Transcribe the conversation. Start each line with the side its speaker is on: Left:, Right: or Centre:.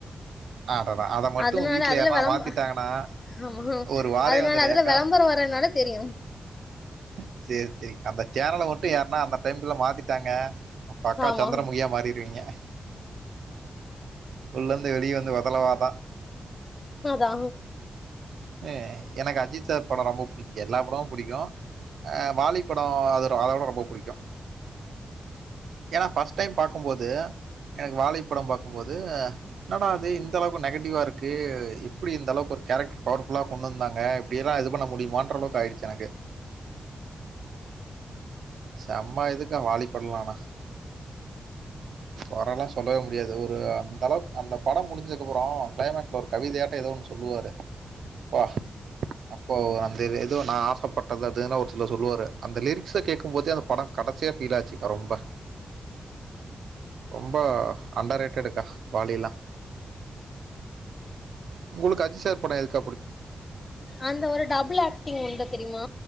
Right: ஆடா அதை மட்டும்
Left: அதுனால
Right: வீட்டில்
Left: அதுல
Right: யாருனா
Left: விளம்
Right: மாத்திட்டாங்கன்னா
Left: அ ஆமா
Right: ஒரு வாரே
Left: அதுனால
Right: வந்துடும்
Left: அதுல
Right: ஏக்கா
Left: வேளம்பரோம் வரன்னால தெரியும்
Right: ஹ சேரி சேரி அந்த சேனல மட்டும் யார்ன்னா அந்த டைம்க்குல மாத்திட் ட்டங்க அப்ப அக்கா
Left: ஆமா
Right: சந்திரமுகியா மாறிருவீங்க உள்ளந்து வெளியே வந்து பாத்தாலுபாத்த
Left: அதா
Right: எ எனக்கு அஜித் சார் படோ ரொம்ப புடிக் எல்லா படமு புடிக்கு ஆ வாளிப்படோ அது ரொ அதவிட ரொம்ப புடிக்கு ஏனா ஃபர்ஸ்ட் டைம் பாக்கும் போது எனக்கு வாளிப்படம் பாக்கும்போது என்னடா இது இந்த அளவுக்கு நெகட்டிவாருக்கு எப்படி இந்த அளவுக்கு ஒரு கேரக்ட்ரு பவுர்ஃபுல்லா கொண்டுந்தாங்க இப்டியெல்லா இது பண்ண முடியுமான்ற அளவுக்கு ஆயுடுச்சு எனக்கு செம்மா இதுக்கு வாலிப்பட்லாம்மா கொரலா சொல்லவே முடியாது ஒரு அந்த அளவுக்கு அந்த படம் முடிஞ்ச கப்புறோ கிளைமக்ஸ்ல ஒரு கவிதையாட்டோ ஏதோன்னு சொல்லுவாரு ப்பா அப்போ அந்த <unintelligible> து நா ஆசப்பட்டது அதுன்னு ஒர் சில சொல்லுவாரு அந்த லிரிக்ஸ்ஸ கேக்கு போதே அந்த படம் கடைசியா ஃபீல் ஆச்சு கா ரொம்ப ரொம்ப அண்டரேட்டடுக்கா வாலியில்லா உங்குளுக்கு அஜி சார் படோ எதுக்
Left: அந்த ஒரு டபுள் ஆக்ட்டிங் உண்டு தெரியுமா